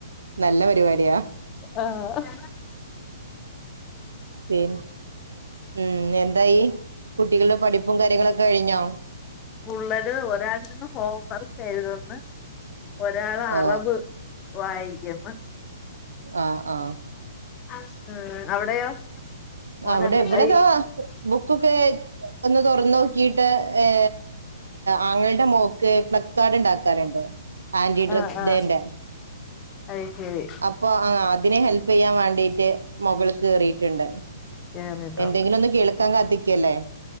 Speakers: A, on the right (about 75°); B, on the left (about 25°).
A: നല്ല പരിപാടിയാ
B: ആഹ
A: പിന്നെ ഉം എന്തായി കുട്ടികളുടെ പഠിപ്പും കാര്യങ്ങളൊക്കെ കഴിഞ്ഞോ
B: പുള്ളര് ഒരാള് ഇരുന്ന് ഹോം വർക്ക്‌ എഴുതുന്ന് ഒരാള്
A: ഓ
B: അറബ് വായിക്കുന്നു
A: ആഹ ആഹ
B: ഉം അവിടെയോ മോനുണ്ട്
A: അവിടെ ഇവിടെതാ
B: അയ്
A: ബുക്കൊക്കെ ഒന്ന് തുറന്ന് നോക്കിയിട്ട് ഏ ആങ്ങളുടെ മോൾക്ക് പ്ലക്കാർഡ് ഉണ്ടാക്കാനുണ്ട് ആന്റി ഡ്രഗ്സ്
B: ആഹ് ആഹ്
A: ഡേന്റെ
B: അയ് ശരി
A: അപ്പൊ അതിനെ ഹെല്പ് ചെയ്യാൻ വേണ്ടീട്ട് മകൾ കേറീയിട്ടുണ്ട്
B: കേറിട്ടുണ്ട്
A: എന്തെങ്കിലും ഒന്ന് കേൾക്കാൻ കാത്തിക്കല്ലേ